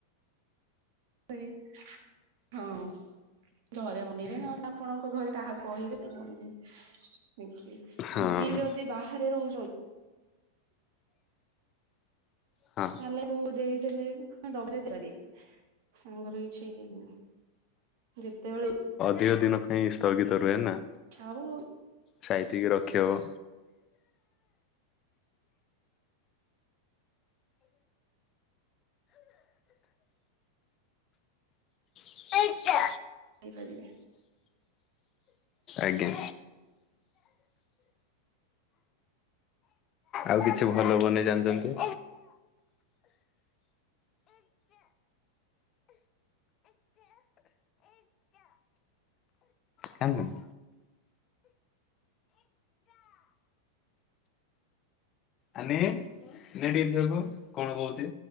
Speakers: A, on the right; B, on the left.
A: <unintelligible> ହଁ। ଘରେ ବନେଇବେନି ନହେଲେ ଆପଣଙ୍କ ଘରେ କାହାକୁ କହିବେ ତା ବନେଇ ଦେ
B: ହଁ।
A: ଆଉ ଯିଏ ଯଦି ବାହାରେ ରୋହୁଚ
B: ହଁ
A: ତାହଲେ କ ଦେଇଦେଲେ <unintelligible> ତାଙ୍କର କିଛିଇ ଯେତେବେଳ
B: ଦଇ ଦିନ ପାଇଁ ସ୍ଥଗିତ ରୁହେ ନା।
A: ଆଉ।
B: ସାଇତିକି ରଖିବ। ଆଜ୍ଞା
A: ଖାଇ ପାରିବେ।
B: ଆଜ୍ଞା। ଆଉ କିଛି ଭଲ ବନେଇ ଜାଣିଛନ୍ତି। କାନ୍ଦୁନି ଆ ନ ନେ ଟିକେ ଝିଅ କୁ କଣ କହୁଛି।